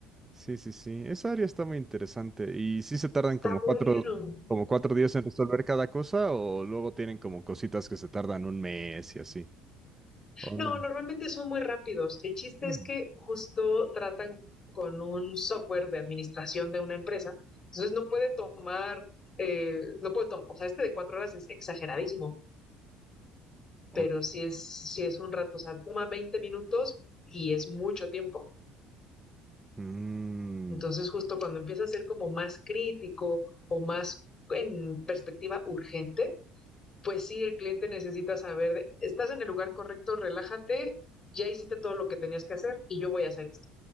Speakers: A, on the right; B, on the left.
A: sí, sí, sí. Esa área está muy interesante. ¿Y si se tardan
B: Está
A: como
B: bueno,
A: cuatro, como cuatro días en resolver cada cosa o luego tienen como cositas que se tardan un mes y así? ¿O
B: No,
A: no?
B: normalmente son muy rápidos. El chiste
A: Mm.
B: es que justo tratan con un software de administración de una empresa, entonces no puede tomar, eh, no puede tomar, o sea, este de cuatro horas es exageradísimo, pero
A: Ok.
B: si sí es, sí es un rato, o sea, toma 20 minutos y es mucho tiempo.
A: Mm,
B: Entonces justo cuando empieza a ser como más crítico o más en perspectiva urgente, pues sí, el cliente necesita saber, de, estás en el lugar correcto, relájate, ya hiciste todo lo que tenías que hacer y yo voy a hacer esto.